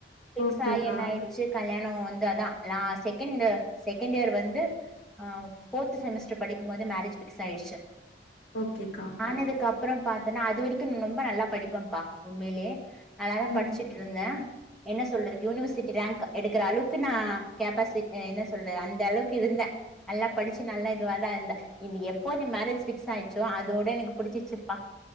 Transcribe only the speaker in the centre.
பிக்ஸ்
ஆயி என்ன ஆயிடுச்சு கல்யாணோ வந்து அதா லா செகெண்டு செகண்டியர் வந்து ஆ ஃபோர்த்து செமெஸ்டர் படிக்கும்மோது மரேஜ் ஃபிக்ஸ் ஆயிடுச்சு
ஆனதுக்கப்றோ பாத்தன்னா அது வரிக்குன் னொம்ப நல்லா படிப்பன் பா உண்மைலியே நல்ல தா
படிச்சுட்டுருந்த என்ன சொல்றதுக்கு யூனிவெர்சிட்டி ரேங்க்கு எடுக்குற அளவுக்கு நா கேப்பாசி என்ன சொல்றது அந்த அளவுக்கு இருந்த நல்லா படிச்சு நல்லா இதுவா தா இருந்த இது எப்போ இந்த மேரேஜ் ஃபிக்ஸாயிட்ச்சோ அதோட எனக்கு புடிச்சிச்சுப்பா